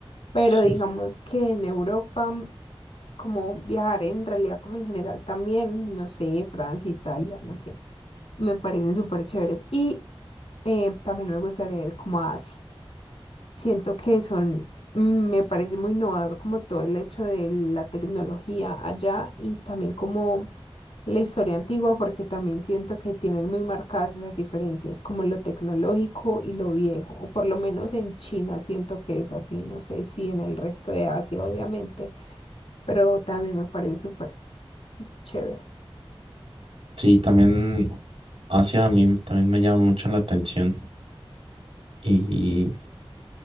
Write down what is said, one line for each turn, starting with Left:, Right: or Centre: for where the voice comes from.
Left: Pero
Right: Sí.
Left: digamos que en Europa, como viajar en realidad, como en general también, no sé, Francia, Italia, no sé, me parecen súper chéveres. Y eh, también me gustaría ir como a Asia. Siento que son, mm, me parece muy innovador como todo el hecho de la tecnología allá y también como la historia antigua, porque también siento que tienen muy marcadas esas diferencias, como lo tecnológico y lo viejo, o por lo menos en China siento que es así, no sé si en el resto de Asia, obviamente, pero también me parece súper chévere.
Right: Sí, también hacia mí también me llama mucho la atención. Y